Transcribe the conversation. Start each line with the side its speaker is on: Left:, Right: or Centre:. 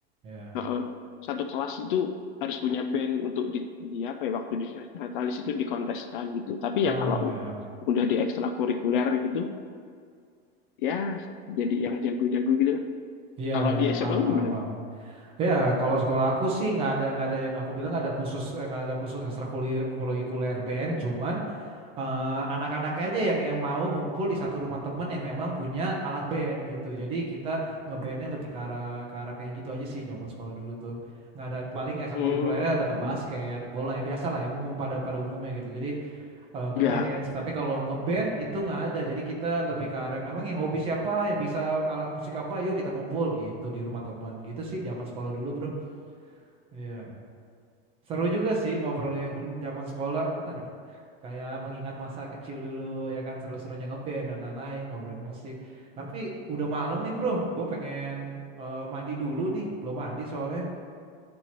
Right: ya
Left: eh, eh, satu kelas itu harus punya band untuk di, di apa ya waktu di Natalis itu dikonteskan gitu tapi
Right: oh
Left: ya kalau
Right: ya
Left: udah di ekstrakurikuler gitu ya jadi yang jago-jago gitu
Right: Iya,
Left: Kalau
Right: ya,
Left: di SMA
Right: paham,
Left: lu
Right: paham,
Left: gimana?
Right: paham. Ya, kalau sekolah aku sih nggak ada nggak ada yang aku bilang nggak ada khusus eh, nggak ada khusus ekstrakurikuler BN, cuman eh, anak-anaknya aja yang yang mau ngumpul di satu rumah temen yang memang punya alat BN gitu. Jadi kita nge bn lebih ke arah ke arah kayak gitu aja sih zaman sekolah dulu tuh. Nggak ada paling ekstrakurikulernya
Left: Hmm,
Right: tetap basket, bola yang biasa lah yang umum pada pada umumnya gitu. Jadi eh, ngedance,
Left: ya,
Right: tapi kalau ngeband itu nggak ada. Jadi kita lebih ke arah memang yang hobi siapa, yang bisa alat musik apa, yuk kita ngumpul gitu di rumah temen gitu sih zaman sekolah dulu, Bro. Iya. Seru juga sih ngobrolin <laughs> zaman sekolah. <laughs> Kayak mengingat masa kecil dulu ya kan seru-serunya ngeband dan lain-lain, ngobrolin musik. Tapi udah malam nih, Bro. Gue pengen eh, mandi dulu nih. Belum mandi soalnya.